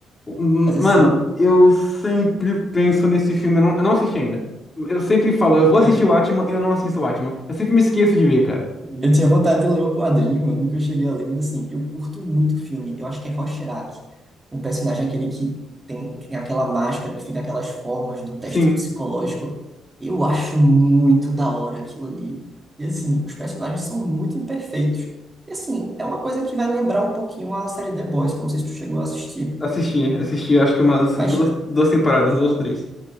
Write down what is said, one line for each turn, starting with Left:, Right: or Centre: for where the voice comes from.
Left: M-
Right: mas
Left: Mano,
Right: assim,
Left: eu sempre penso nesse filme, eu não, eu não assisti ainda. Eu sempre falo, eu vou
Right: é,
Left: assistir o Atman, eu não assisto o Atman. Eu sempre me esqueço de ver, cara.
Right: Eu tinha vontade de ler o quadrinho, eu nunca cheguei a ler, mas assim, eu curto muito o filme. Eu acho que é Rorschach, um personagem é aquele que tem, tem aquela máscara, que fica aquelas formas do teste
Left: Sim,
Right: psicológico. Eu acho muito da hora aquilo ali. E assim, os personagens são muito imperfeitos. E assim, é uma coisa que vai lembrar um pouquinho a série The Boys, que eu não sei se tu chegou a assistir.
Left: assisti, assisti acho que umas
Right: Mas
Left: duas, duas temporadas, duas ou três.